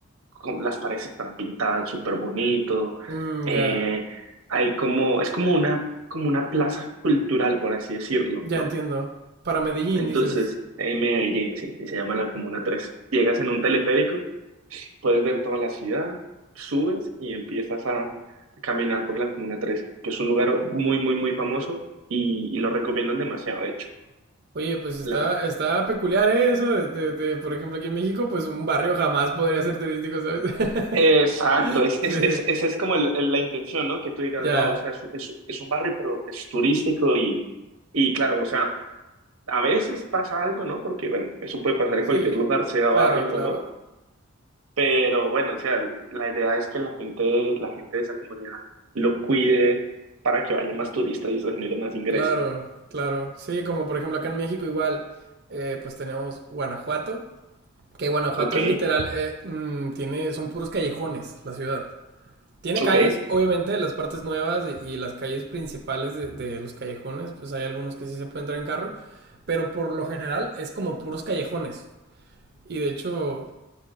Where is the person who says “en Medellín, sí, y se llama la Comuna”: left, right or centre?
Right